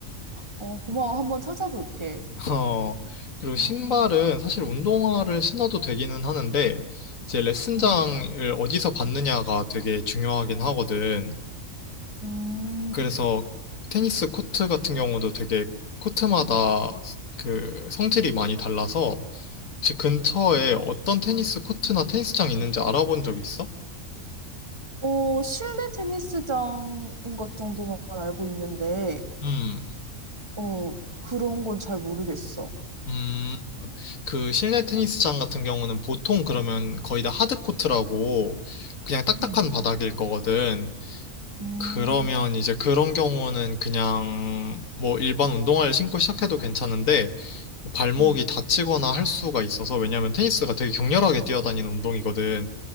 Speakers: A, on the right (about 20°); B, on the left (about 70°).
A: 어, 고마워. 한번 찾아볼게.
B: 어, 그리고
A: 어,
B: 신발은 사실 운동화를 신어도 되기는 하는데, 이제 레슨장을
A: 음,
B: 어디서 받느냐가 되게 중요하긴 하거든.
A: 음.
B: 그래서 테니스 코트 같은 경우도 되게 코트마다 그 성질이 많이 달라서, 혹시 근처에 어떤 테니스 코트나 테니스장 있는지 알아본 적 있어?
A: 어, 실내 테니스장인 것 정도만 알고 있는데,
B: 음,
A: 어, 그런 건 잘 모르겠어.
B: 음, 그 실내 테니스장 같은 경우는 보통 그러면 거의 다 하드코트라고 그냥 딱딱한
A: 음,
B: 바닥일 거거든.
A: 음,
B: 그러면 이제 그런 경우는 그냥 뭐 일반 운동화를 신고 시작해도 괜찮은데 뭐 발목이
A: 음,
B: 다치거나 할 수가 있어서 왜냐면 테니스가 되게 격렬하게 뛰어다니는 운동이거든.